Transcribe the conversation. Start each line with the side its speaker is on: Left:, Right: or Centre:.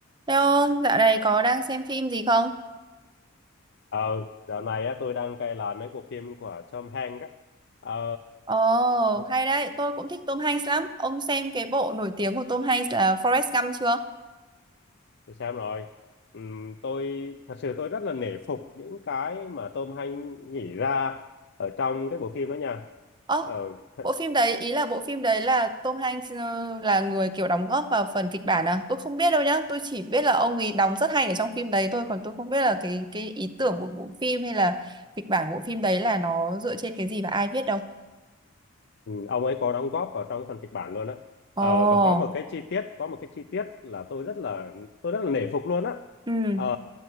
Right: Theo dạo này có đang xem phim gì không?
Left: Ờ, dạo này á, tôi đang cày lại mấy cuộc phim của Tom Hanks á. Ờ,
Right: Ồ,
Left: tôi,
Right: oh, hay đấy, tôi cũng thích Tom Hanks lắm. Ông xem cái bộ nổi tiếng của Tom Hanks là Forrest Gump chưa?
Left: tôi xem rồi. Ừm, tôi thật sự tôi rất là nể phục những cái mà Tom Hanks nghĩ ra ở trong cái bộ phim đó nha.
Right: Ồ,
Left: Ờ, thật,
Right: bộ phim đấy, ý là bộ phim đấy là Tom Hanks ờ, là người kiểu đóng góp vào phần kịch bản à? Tôi không biết đâu nhá, tôi chỉ biết là ông ấy đóng rất hay ở trong phim đấy thôi, còn tôi không biết là cái cái ý tưởng của bộ phim hay là kịch bản của bộ phim đấy là nó dựa trên cái gì và ai viết đâu.
Left: ừm, ông ấy có đóng góp vào trong phần kịch bản luôn á.
Right: Ồ,
Left: Ờ,
Right: oh,
Left: và có một cái chi tiết, có một cái chi tiết là tôi rất là tôi rất là nể phục luôn á.
Right: ừ,
Left: Ờ,